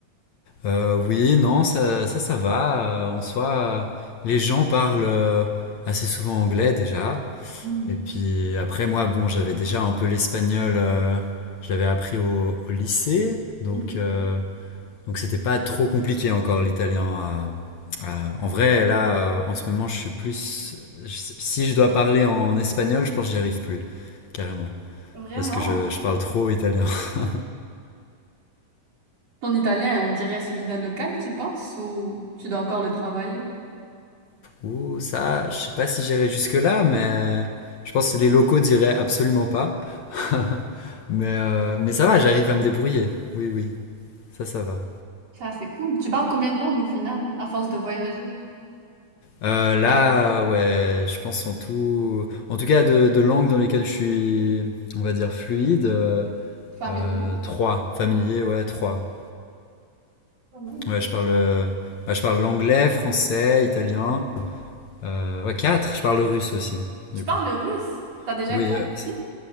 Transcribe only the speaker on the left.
Euh, oui, non, ça, ça, ça va. Euh, en soi, euh, les gens parlent euh, assez souvent anglais déjà.
Et puis après, moi, bon, j'avais déjà un peu l'espagnol. euh, je l'avais appris au, au lycée. Donc,
euh, Donc c'était pas trop compliqué encore l'italien. à- à- en vrai, là, euh, en ce moment, je suis plus. je- si je dois parler en espagnol, je pense que j'y arrive plus, carrément,
parce que je, je parle trop italien. <laughs>
Ouh, ça, je sais pas si j'irai jusque là, mais je pense que les locaux diraient absolument pas. <laughs> mais euh, mais ça va, j'arrive à me débrouiller. Oui, oui, ça, ça va.
Euh, là, ouais, je pense en tout, en tout cas de, de langues dans lesquelles je suis, on va dire fluide. euh,
Euh, trois, familier, ouais, trois.
Ouais, je parle, euh, bah, je parle l'anglais, français, italien. Euh, ouais, quatre, je parle le russe aussi,
du
coup.
Oui,
euh, c-